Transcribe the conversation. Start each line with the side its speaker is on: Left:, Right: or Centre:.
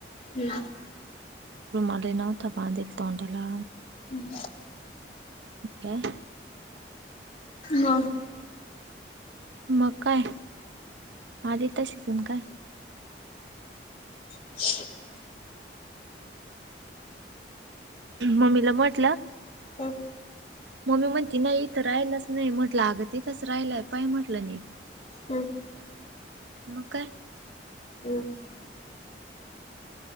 Left: हम.
Right: रुमालही नव्हता बांधलेला तोंडाला
Left: हम्म
Right: काय
Left: मग.
Right: मग काय आले तसेच आण काय?
Left: <inaudible>
Right: मम्मीला म्हटलं
Left: हम्म
Right: मम्मी म्हणती नाही इथं राहिलच नाही म्हटलं अगं तिथंच राहिलंय पाय म्हटलं निट.
Left: हम्म हम्म
Right: मग काय?
Left: हम्म